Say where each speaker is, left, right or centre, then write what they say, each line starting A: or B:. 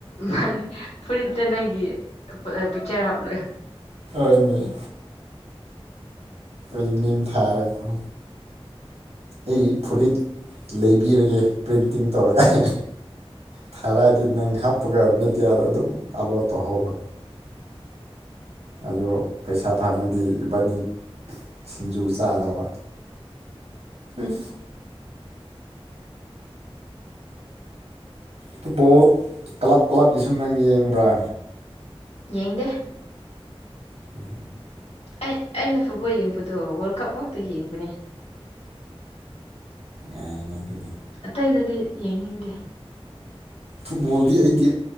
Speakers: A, on the left; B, on the right.
A: ꯃꯥꯅꯤ ꯐ‌ꯨꯔꯤꯠꯇ‌ꯣ ꯅꯪꯒꯤ ꯄꯤꯛꯆꯔ ꯍꯥꯂ
B: ꯀꯃꯤ <inaudible> ꯑꯩꯃꯤꯡ ꯊꯥꯔꯀꯣ ꯑꯩ ꯐꯨꯔꯤꯠ ꯂꯩꯕꯤꯔꯒꯦ ꯄ꯭ꯔꯤꯟꯇꯤꯡ ꯇꯣꯔꯀꯥꯏ ꯊꯔꯥꯗꯤ ꯅ ꯈꯞ ꯍꯥꯞꯄꯒ ꯃꯦꯗꯤꯌꯥꯗ ꯑꯗꯨꯝ ꯑꯥꯂꯣ ꯇꯧꯍꯧꯔꯣ ꯑꯗꯣ ꯄꯩꯁꯥ ꯐꯪꯉꯗꯤ ꯏꯕꯥꯅꯤ ꯁꯤꯡꯖꯨ ꯆꯥꯗꯕ ꯎꯝ ꯐꯨꯠꯕꯣꯜ ꯀ꯭ꯂꯕ ꯀ꯭ꯂꯕꯀꯤꯁꯨ ꯅꯪ ꯌꯦꯡꯕ꯭ꯔꯥ
A: ꯌꯦꯒ
B: ꯎꯝ
A: ꯑꯩ ꯑꯩꯅ ꯐꯨꯠꯕꯣꯜ ꯌꯦꯡꯕꯗꯣ ꯋꯥꯔꯜ ꯀꯞ ꯉꯇ ꯌꯦꯡꯕꯅꯦ
B: ꯌꯥꯏꯅꯦ ꯑꯗꯨꯗꯤ
A: ꯑꯇꯩꯗꯗꯤ ꯌꯩꯅꯤꯡꯗꯦ
B: ꯐꯨꯠꯕꯣꯜꯗꯤ ꯑꯩꯗꯤ